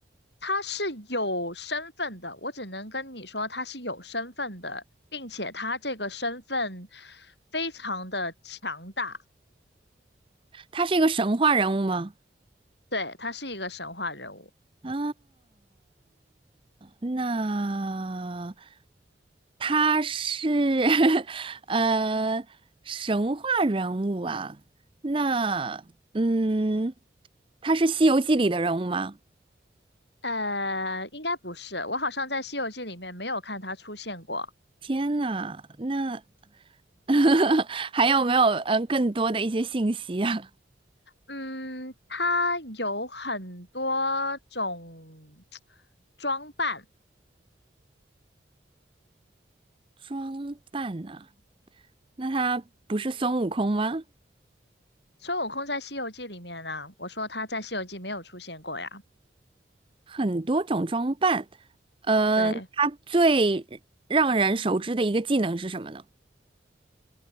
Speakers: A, on the left (about 70°); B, on the right (about 30°).
A: 他是有身份的，我只能跟你说他是有身份的，并且他这个身份非常的强大，
B: 他是一个神话人物吗？
A: 对，他是一个神话人物。
B: 啊，那他是 <laughs> 呃神话人物啊。那嗯，他是《西游记》里的人物吗？
A: 呃，应该不是，我好像在《西游记》里面没有看他出现过。
B: 天呐，那 <laughs> 还有没有嗯更多的一些信息啊？
A: 嗯，他有很多种 <tsk> 装扮。
B: <laughs> 装扮呢、那他不是孙悟空吗？
A: 孙悟空在《西游记》里面呢，我说他在《西游记》没有出现过呀。
B: 很多种装扮，呃，
A: 对，
B: 他最让人熟知的一个技能是什么呢？